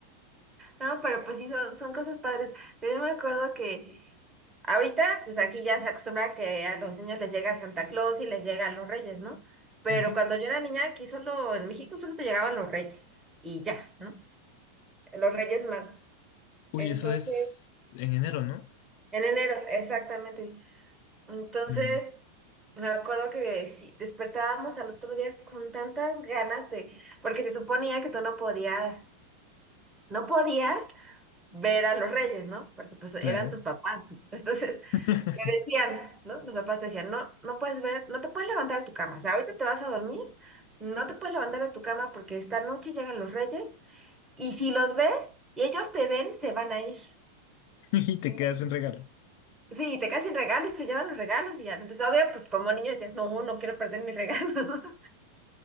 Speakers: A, on the right (about 20°); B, on the left (about 45°).
A: No, pero pues sí, son, son cosas padres. Yo, yo me acuerdo que ahorita, pues aquí ya se acostumbra que a los niños les llega Santa Claus y les llegan los reyes, ¿no? Pero
B: Ujú.
A: cuando yo era niña, aquí solo, en México solo te llegaban los reyes y ya, ¿no? Los reyes magos.
B: Uy,
A: Entonces,
B: eso es en enero, ¿no?
A: en enero, exactamente. Entonces,
B: Mm,
A: me acuerdo que sí, despertábamos al otro día con tantas ganas de, porque se suponía que tú no podías. No podías ver a los reyes, ¿no? Porque pues eran
B: claro.
A: tus papás. <laughs> Entonces,
B: <laughs>
A: ¿qué decían, ¿no? Los papás te decían, no, no puedes ver, no te puedes levantar de tu cama. O sea, ahorita te vas a dormir, no te puedes levantar de tu cama porque esta noche llegan los reyes y si los ves y ellos te ven, se van a ir.
B: Y te
A: Y-
B: quedas en regalo.
A: Sí, y te caen sin regalos, se llevan los regalos y ya. Entonces, obvio, pues como niño decías, no, no quiero perder mis regalos. <laughs>